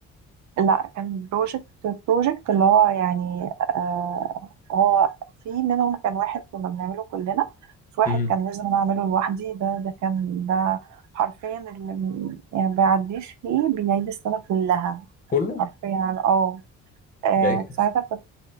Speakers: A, on the right; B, on the left.
A: لا كان بروجكت بروجكت اللي هو يعني آه هو في منهم كان واحد كنا بنعمله كلنا في واحد
B: امم
A: كان لازم أنا أعمله لوحدي ده ده كان ده حرفيا اللي م- يعني بيعديش فيه بيعيد السنة كلها
B: كله
A: حرفيا اه آه،
B: يعني
A: ساعتها كنت